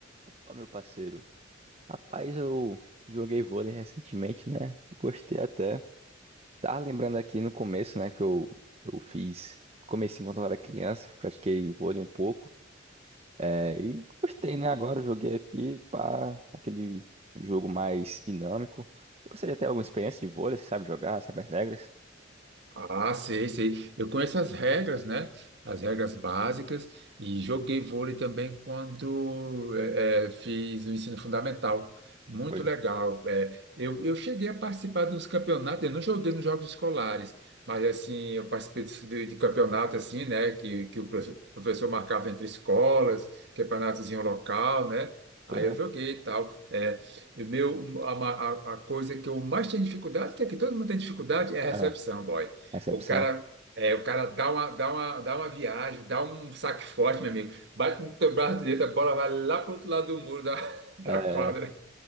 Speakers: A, on the right; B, on the right.
A: Opa, meu parceiro. Rapaz, eu joguei vôlei recentemente, né? Gostei até. Tava lembrando aqui no começo, né, que eu, eu fiz. Comecei enquanto eu era criança, pratiquei vôlei um pouco. É, e gostei, né? Agora eu joguei aqui para aquele jogo mais dinâmico. Você já tem alguma experiência de vôlei? Você sabe jogar? Sabe as regras?
B: Ah, sei, sei. Eu conheço as regras, né? As regras básicas e joguei vôlei também quando eh, eh, fiz o ensino fundamental. Muito
A: Foi,
B: legal. Eh, eu, eu cheguei a participar dos campeonatos, eu não joguei nos jogos escolares, mas assim, eu participei de, de de campeonato assim, né? Que, que o profe- o professor marcava entre escolas, campeonatozinho local, né?
A: foi
B: Aí
A: mesmo?
B: eu joguei e tal. Eh, o meu, a, ma- a- a coisa que eu mais tenho dificuldade, que é que todo mundo tem dificuldade, é a
A: Ah,
B: recepção, boy.
A: recepção.
B: O cara, é, o cara dá uma, dá uma, dá uma viagem, dá um saque forte, meu amigo. Bate no teu braço direito, a bola vai lá pro outro lado do muro da, <laughs> da
A: É,
B: quadra.